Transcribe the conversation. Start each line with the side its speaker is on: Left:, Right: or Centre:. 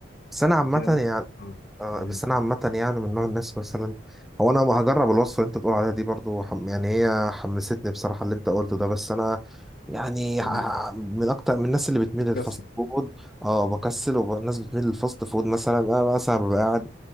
Centre: بس أنا عامة
Left: دي كده ممكن
Centre: يعني
Left: اه
Centre: آه،
Left: مم.
Centre: بس أنا عامة يعني من نوع الناس مثلا هو أنا ما هجرب الوصفة اللي أنت بتقول عليها دي برضو حم... يعني هي حمستني بصراحة اللي أنت قلته ده بس أنا يعني
Left: مم.
Centre: ح- من أكتر من الناس اللي بتميل
Left: بتكسر
Centre: للفاست فود أه بكسل والناس بتميل للفاست فود مثلا أنا مثلا ببقى قاعد